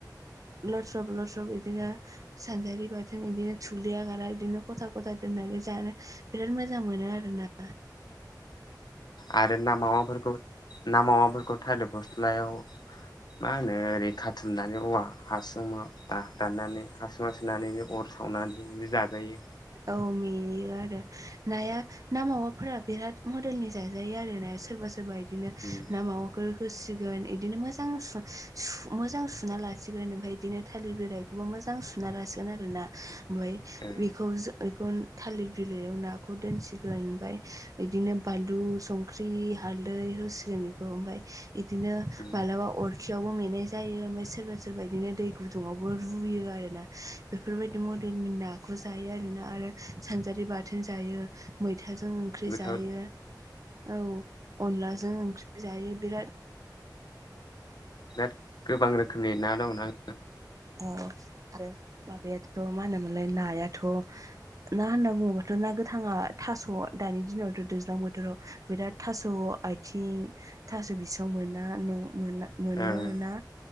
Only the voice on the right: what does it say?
लदस्रब लदस्रब बिदिनो सानजारि बाथोन इदिनो थुग्लिया गारा बिदिनो ग'था ग'था दोनो होननानै जानो बिराद मोजां मोनो आरोना
औ मेयो आरो नाया ना मावाफोरा बिराद मडेलनि जाजायो आरोना सोरबा सोरबा बिदिनो
ना मावाखौ होसिगोन बिदिनो मोजां सु सु मोजां सुना लासिगोन ओमफ्राय बिदिनो थालिर बिाइखौबो म मोजां सुना लासिगोन आरोना ओमफ्राय
बेखौ बेखौ थालिर बिलाइयाव नाखौ दोनसिगोन ओमफ्राय बिदिनो बानलु संख्रि हालदै होसिगोन बेखौ ओमफ्राय बिदिनो
मालाबा अरखि खियावबो मेंनाय जायो ओमफ्राय सोरबा सोरबा बिदिनो दै गुदुङावबो रुयो आरोना बेफोरबायदि मडेल नि नाखौ जायो आरोना आरो सानजारि बाथोन जायो मै थाजों ओंख्रि
जायो औ अनलाजों ओंख्रि जायो बिराद
औ आरो माबायाथ' मा होनोमोनलाय नायाथ' ना होनना बुङोबाथ' ना गोथाङा थास' दानि दिनावथ' दैज्लां बोथोराव बिराद थास' आथिं थास' बिसं मोना न' मोना मोनोना